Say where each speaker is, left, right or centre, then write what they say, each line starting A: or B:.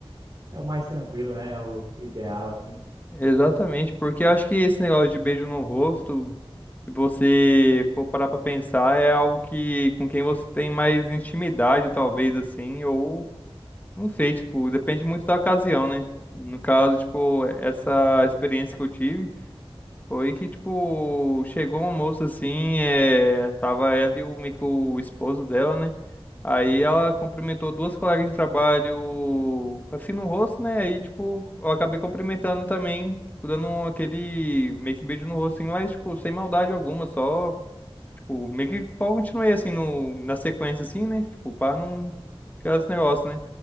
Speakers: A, on the right; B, on the left.
A: é o mais tranquilo, né? É o ideal, assim.
B: Exatamente, porque eu acho que esse negócio de beijo no rosto, se você for parar pra pensar, é algo que com quem você tem mais intimidade, talvez assim, ou não sei, tipo, depende muito da ocasião, né? No caso, tipo, essa experiência que eu tive. Foi que, tipo, chegou uma moça assim, é, tava ela e o, meio que o esposo dela, né? Aí ela cumprimentou duas colegas de trabalho assim no rosto, né? Aí, tipo, eu acabei cumprimentando também, tipo, dando um, aquele meio que beijo no rosto, assim, mas, tipo, sem maldade alguma, só, tipo, meio que só continuei assim no, na sequência, assim, né? Tipo, pra não ficar esse negócio, né?